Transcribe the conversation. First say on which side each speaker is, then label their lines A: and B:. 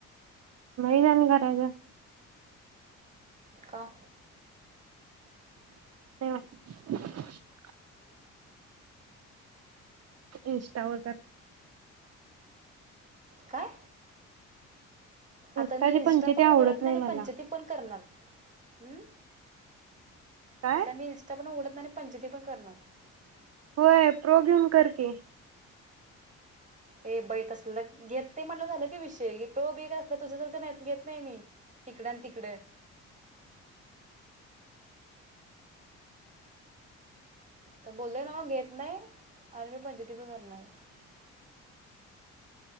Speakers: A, on the right; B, on the right.
A: नाही जाणी कयच
B: का आ
A: नाही <unintelligible> इंस्टावर
B: काय
A: इंस्टाची
B: आता मी इनस्टा
A: पंचायती
B: पण
A: आवडत
B: उघडत नाही आणि
A: मला
B: पंचती पण करणार... हम्म
A: काय
B: आता मी इन्स्टा उघडत नाही पंचवटी पण करणार नाही
A: होय प्रोब्यम करते
B: हे बैत असल घेत नाही म्हटलं झालं कि विषय प्र बीग असला तुझ्यासारखं नाही घेत नाही मी इकड आणि तिकडे तर बोललय ना म घेत नाही आणि मी पंचती पण करणार..